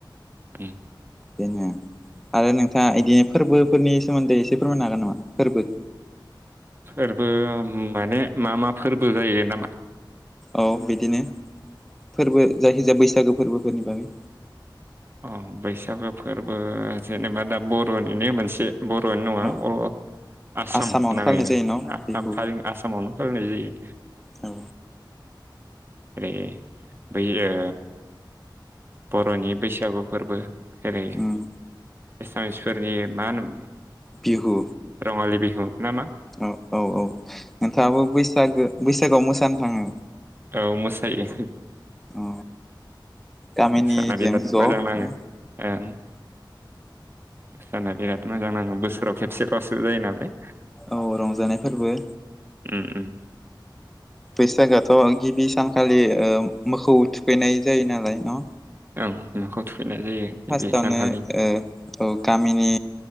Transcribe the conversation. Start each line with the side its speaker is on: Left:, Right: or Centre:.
Right: उम
Centre: बेनो। आरो नोंथांङा बिदिनो
Right: उम।
Centre: फोरबोफोरनि सोमोन्दै एसे फोरमायनो हागोन नामा? फोरबो।
Right: फोरबो माने मा मा फोरबो जायो ना मा?
Centre: औ बिदिनो। फोरबो जायखिजाया बैसागो फोरबोफोरनि बागै।
Right: अ बैसागो फोरबो जेनेबा दा बर'निनो मोनसे बर'आनो नङा
Centre: औ
Right: अ आसाम
Centre: आसामावनो
Right: नाङैनो
Centre: फालिनाय जायो न'
Right: आसाम
Centre: बेखौ
Right: थाल आसामावनो फालिनाय जायो
Centre: औ
Right: ए बै ओै बर'नि बैसागु फोरबो ओरै
Centre: उम
Right: एसामिसफोरनि मा होनो
Centre: बिहु
Right: रङालि बिहु ना मा
Centre: औ औ-औ नोंथांङाबो बैसागो बैसागोआव मोसानो थांङो
Right: औ मोसायो
Centre: अ गामिनिजों
Right: मोसा बिराद
Centre: ज'
Right: मोजां नांङो ओं जाना बिराद मोजां नांङो बोसोराव खेबसेबावसो जायो नालाय
Centre: औ रंजानाय फोरबो
Right: उम उम
Centre: बैसागोआथ' गिबि सानखालि ओ मोखौ थुखैनाय जायो नालाय न
Right: ओं मोखौ थुखैनाय जायो
Centre: फार्स्टआवनो
Right: बे सानखालि
Centre: गामिनि